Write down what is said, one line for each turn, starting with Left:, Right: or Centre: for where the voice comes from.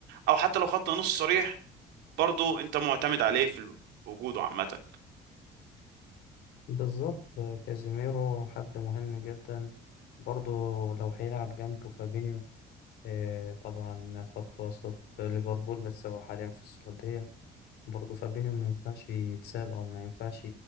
Right: أو حتى لو خط نص صريح برضه أنت معتمد عليه في ال- في وجوده عامة
Left: بالظبط آه، كازيميرو حد مهم جدا برضو لو هيلعب جنبه فابينيو آه، طبعا خط وسط ليفربول بس هو حاليا في السعودية برضه فابينيو ما ينفعش يتساب أو ما ينفعش